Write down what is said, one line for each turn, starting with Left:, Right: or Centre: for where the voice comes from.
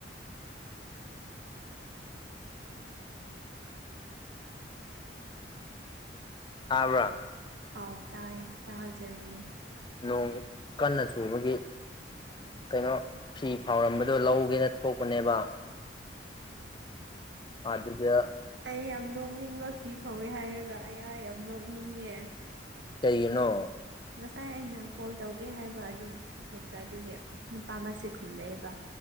Left: ꯇꯕ꯭ꯔꯥ꯫
Right: ꯑꯥꯎ ꯇꯥꯏꯌꯦ ꯇꯥꯖꯔꯤꯌꯦ꯫
Left: ꯅꯣꯡ ꯀꯟꯅ ꯆꯨꯕꯒꯤ꯫ ꯀꯩꯅꯣ ꯐꯤ ꯐꯥꯎꯔꯝꯕꯗꯣ ꯂꯧꯒꯦꯅ ꯊꯣꯛꯄꯅꯦꯕ꯫ ꯐꯖꯗꯦ꯫
Right: ꯑꯩ ꯌꯥꯝ ꯅꯣꯛꯅꯤꯡꯕ ꯐꯤ ꯐꯧꯋꯦ ꯍꯥꯏꯔꯒ ꯑꯌꯥ ꯌꯥꯝ ꯅꯣꯛꯅꯤꯡꯉꯦ꯫
Left: ꯀꯩꯒꯤꯅꯣ꯫
Right: ꯉꯁꯥꯏ ꯑꯩꯅ ꯀꯣꯜ ꯇꯧꯒꯦ ꯍꯥꯏꯕ ꯑꯗꯨꯝ ꯒ꯭ꯔꯨꯞꯇ ꯑꯗꯨꯒꯤ ꯅꯨꯄꯥ ꯃꯁꯤ ꯈꯨꯝꯂꯛꯑꯦꯕ꯫